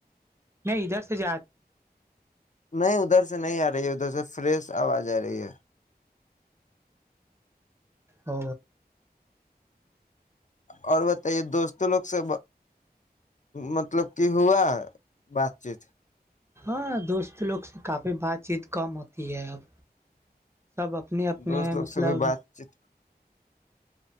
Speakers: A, on the right; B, on the left.
A: نہیں ادھر سے جا
B: نہیں ادھر سے نہیں آ رہی ہے ادھر سے فریش آواز آ رہی ہے
A: ہ
B: اور بتائیے دوستوں لوگ سے مطلب کہ ہوا بات چیت
A: ہاں دوست لوگ سے کافی بات چیت کم ہوتی ہے اب سب اپنے اپنے
B: دوست لوگ
A: مطلب
B: سے بھی بات چیت